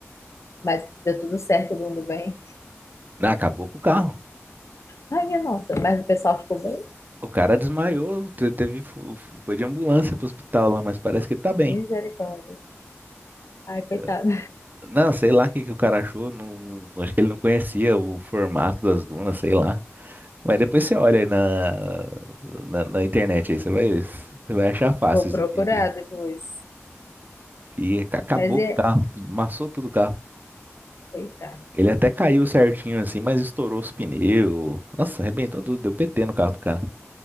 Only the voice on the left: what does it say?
Mas deu tudo certo, todo mundo bem.
Ai, minha nossa, mas o pessoal ficou bem?
Misericórdia. Ai, coitado.
Vou
procurar
depois.
Mas é,
coitado.